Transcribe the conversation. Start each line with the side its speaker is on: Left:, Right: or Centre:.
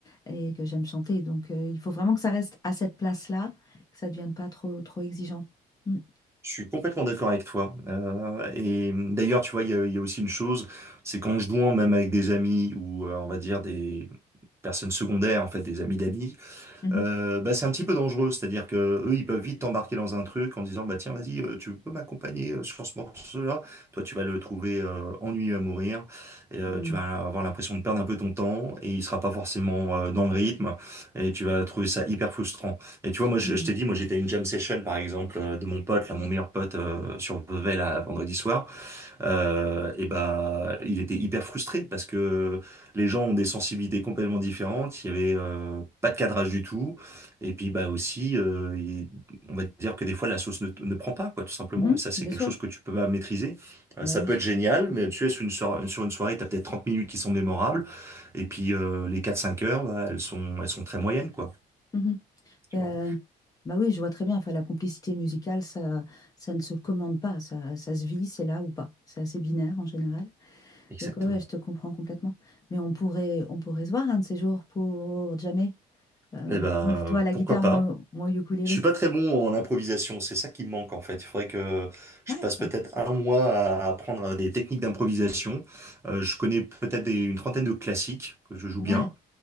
Left: et que j'aime chanter. Donc, euh, il faut vraiment que ça reste à cette place-là, que ça ne devienne pas trop, trop exigeant. Mm.
Right: Je suis complètement d'accord avec toi. Euh, et d'ailleurs, tu vois, il y a, il y a aussi une chose, c'est qu'en jouant même avec des amis ou euh, on va dire des personnes secondaires, en fait, des amis d'amis,
Left: Mhm.
Right: euh, bah, c'est un petit peu dangereux. C'est-à-dire que eux, ils peuvent vite t'embarquer dans un truc en disant, bah tiens, vas-y, euh, tu peux m'accompagner euh, sur ce morceau-là. Toi, tu vas le trouver euh, ennuyeux à mourir. Et, euh,
Left: Mm.
Right: tu vas avoir l'impression de perdre un peu ton temps et il sera pas forcément euh, dans le rythme. Et tu vas trouver ça hyper frustrant. Et tu vois, moi, je,
Left: Mm.
Right: je t'ai dit, moi, j'étais à une jam session, par exemple, euh, de mon pote, là, mon meilleur pote euh, sur Vevey, là, vendredi soir euh, et ben, il était hyper frustré parce que les gens ont des sensibilités complètement différentes. Il y avait euh, pas de cadrage du tout. Et puis bah aussi, euh, il- on va dire que des fois la sauce ne, ne prend pas quoi, tout simplement.
Left: Mm. Mhm.
Right: Et ça, c'est
Left: Bien
Right: quelque
Left: sûr.
Right: chose que tu peux pas maîtriser. Euh,
Left: Bah
Right: ça
Left: oui.
Right: peut être génial, mais tu es sur une soirée, sur une soirée, t'as peut-être 30 minutes qui sont mémorables. Et puis euh, les quatre-cinq heures, bah, elles sont, elles sont très moyennes quoi.
Left: Mhm.
Right: Tu
Left: Euh,
Right: vois.
Left: bah oui, je vois très bien. Enfin, la complicité musicale, ça, ça ne se commande pas. Ça, ça se vit, c'est là ou pas. C'est assez binaire en général.
Right: Exactement.
Left: Donc, ouais, je te comprends complètement. Mais on pourrait, on pourrait se voir un de ces jours pour jamais. Euh,
Right: Eh ben,
Left: ouais, toi, la
Right: pourquoi
Left: guitare,
Right: pas?
Left: moi, moi, au ukulélé.
Right: Je suis pas très bon en improvisation, c'est ça qui me manque en fait. Il faudrait que je
Left: Ouais,
Right: passe peut-être
Left: on-
Right: un mois à apprendre des techniques d'improvisation. Euh, je connais peut-être des- une trentaine de classiques que je joue
Left: ouais,
Right: bien.